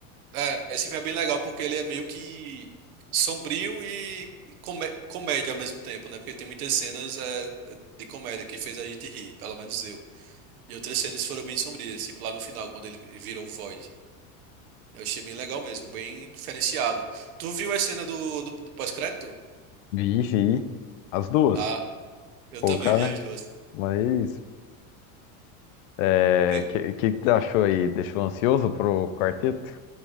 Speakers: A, on the right; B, on the left.
A: É, esse filme é bem legal porque ele é meio que sombrio e comé- comédia ao mesmo tempo, né? Porque tem muitas cenas é, é de comédia que fez a gente rir, pelo menos eu. E outras cenas foram bem sombrias, tipo lá no final, quando ele virou o Void. Eu achei bem legal mesmo, bem diferenciado. Tu viu a cena do, do, do pós-crédito?
B: Vixe, as duas.
A: Ah, eu
B: Pô,
A: também
B: cara,
A: vi as duas.
B: mas. É,
A: Bem,
B: que, que que tu achou aí? Deixou ansioso pro quarteto?